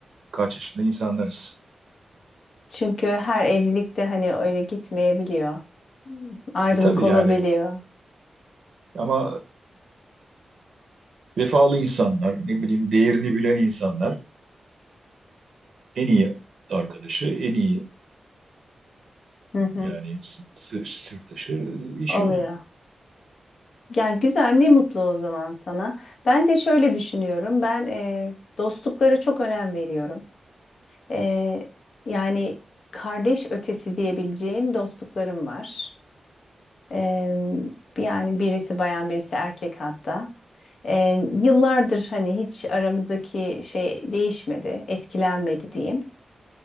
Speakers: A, on the right; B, on the left.
A: kaç yaşında insanlarız.
B: Çünkü her evlilikte hani öyle gitmeyebiliyor. Ayrılık
A: E tabii
B: olabiliyor.
A: yani ama e, vefalı insanlar, ne bileyim değerini bilen insanlar en iyi arkadaşı, en iyi
B: Hı hı.
A: yani s- s- sırdaşı e, eşi
B: Oluyor.
A: oluyor.
B: Ya güzel, ne mutlu o zaman sana. Ben de şöyle düşünüyorum. Ben e, dostluklara çok önem veriyorum. E, yani kardeş ötesi diyebileceğim dostluklarım var. E, yani birisi bayan, birisi erkek hatta. E, yıllardır hani hiç aramızdaki şey değişmedi, etkilenmedi diyeyim.